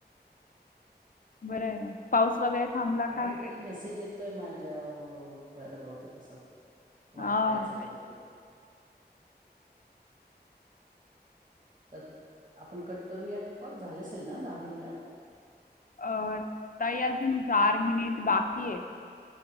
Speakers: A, on the left; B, on the right.
A: बरं आहे का पाऊस वगैरे थांबला
B: काहीतरी
A: का
B: मेसेज येतोय माझ्या वरभहते कसं? वायफायचं
A: हो
B: काहीतरी तर आपण कट करूया का कॉल झाला असेल ना दहा मिनिटं.
A: अ तई अजून चार मिनिट बाकी आहेत.